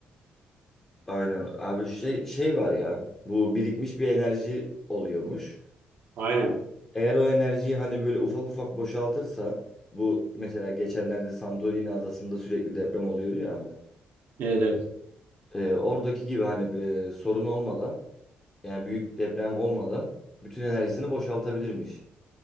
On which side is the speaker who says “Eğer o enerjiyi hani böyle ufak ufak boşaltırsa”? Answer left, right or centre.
Left